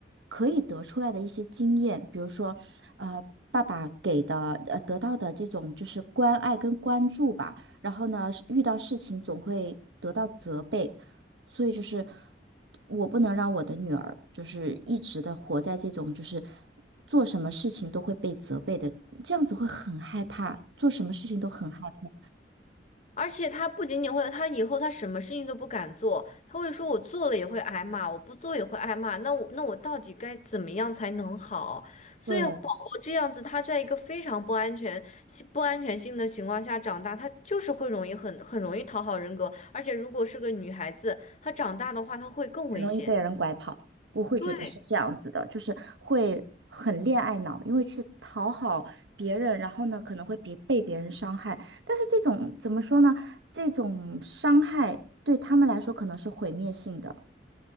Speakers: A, on the right; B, on the left.
A: 可以得出来的一些经验，比如说，呃，爸爸给的呃得到的这种就是关爱跟关注吧，然后呢，遇到事情总会得到责备。所以就是我不能让我的女儿就是一直的活在这种就是做什么事情都会被责备的，这样子会很害怕，做什么事情都很害怕，
B: 而且他不仅仅会，他以后他什么事情都不敢做，他会说我做了也会挨骂，我不做也会挨骂，那我那我到底该怎么样才能好？所以宝宝这样子，
A: 对，
B: 他在一个非常不安全、不安全性的情况下长大，他就是会容易很很容易讨好人格，而且如果是个女孩子，她长大的话，她会更危险。
A: 很容易被人拐跑。我会觉得是这样子的，
B: 对。
A: 就是会很恋爱脑，因为去讨好别人，然后呢可能会别被别人伤害，但是这种怎么说呢？这种伤害对他们来说可能是毁灭性的。